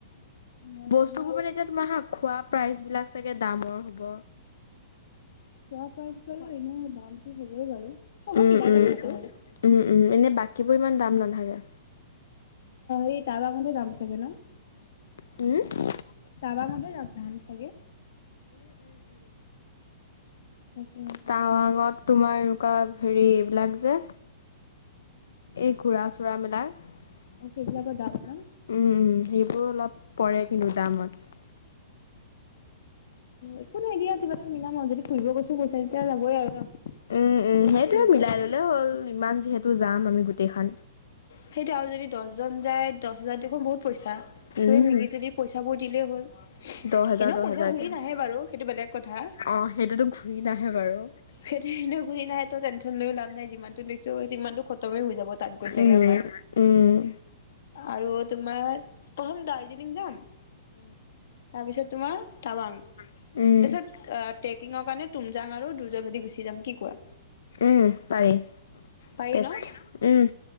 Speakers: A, on the left (about 65°); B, on the left (about 80°).
A: অ
B: বস্তুবোৰ
A: তোমাৰ
B: মানে এতিয়া তোমাৰ হাঁ খোৱা প্ৰাইচবিলাক চাগে দামৰ হ'ব
A: খোৱা পাইক <unintelligible> দাম কি হ'বই বাৰু হ'ব
B: উম
A: মিলাই
B: উম
A: ল'ম সেইটো
B: উম উম এনে বাকীবোৰ ইমান দাম নাথাকে
A: এই তাদা মতে দাম থাকে ন
B: <unintelligible> উম উম উম
A: টাৱাঙতে যাম যাম চাগে তাকে
B: টাৱাঙত তোমাৰ এনেকুৱা হেৰি এইবিলাক যে এই ঘোৰা চোৰা মেলা উম
A: অ সেইবিলাকৰ দাম ন
B: উম সেইবোৰ অলপ পৰে কিন্তু দামত
A: একো নাই দিয়া কিবা এটা মিলাম আৰু যদি ফুৰিব গৈছো পইছা যেতিয়া যাবই আৰু ন।
B: উম উম সেইটোৱে
A: ফুৰিব
B: মিলাই
A: গ'লে
B: ললে হ'ল ইমান যিহেতু যাম আমি গোটেইখন
A: সেইটো আৰু যদি দহজন যায় দহ হাজাৰ দেখোন বহুত পইচা চবেই
B: উম।
A: মিলি তুলি পইচাবোৰ দিলেই হ'ল।
B: দহ হেজাৰ
A: এনেও
B: দহ
A: পইচা
B: হেজাৰকে
A: ঘুৰি নাহে বাৰু সেইটো বেলেগ কথা।
B: অ' সেইটোতো ঘূৰি নাহে বাৰু।
A: সেইটো এনেও ঘুৰি নাহে তো টেনচন লৈ লাভ নাই। যিমানটো নিছো সিমানটো খতমে হৈ যাব তাত। গৈ চাগে
B: উম
A: আমাৰ
B: উম
A: আৰু তোমাৰ পথম দাৰ্জিলিং যাম তাৰপিছত তোমাৰ টাৱাং
B: উম,
A: তাৰপিছত ট্ৰেকিঙৰ কাৰণে তুমজাং আৰু দুৰ্জাভেদি গুচি যাম কি কোৱা
B: উম, পাৰি
A: পাৰি
B: বেষ্ট
A: ন
B: উম।